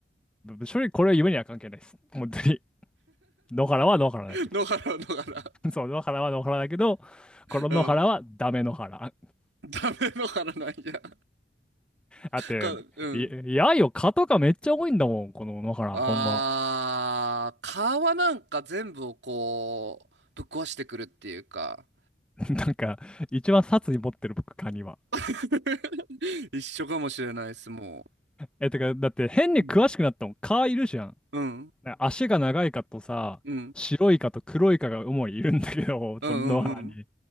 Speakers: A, in the centre; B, on the right.
A: 正直これは夢には関係ないです。本当に。野原は野原だけど。
B: <laughs> 野原、野原。
A: <laughs> そう、野原は野原だけど、この野原はダメ野原。
B: うん。ダメ野原なんや。
A: だって、
B: か、うん。
A: い、いやよ、蚊とかめっちゃ多いんだもん、この野原、
B: あー、
A: ほんま。
B: 川なんか全部をこう、ぶっ壊してくるっていうか。
A: <laughs> なんか、一番殺意持ってる僕、蚊には。
B: <laughs> 一緒かもしれないです、も
A: え、てか、だって変に詳しくなったもん、
B: う。うん。
A: 蚊いるじゃん。
B: うん。
A: な足が長い蚊とさ、
B: うん。
A: 白い蚊と黒い蚊が主にいるんだけど、<laughs>
B: うんうんうん。
A: その野原に。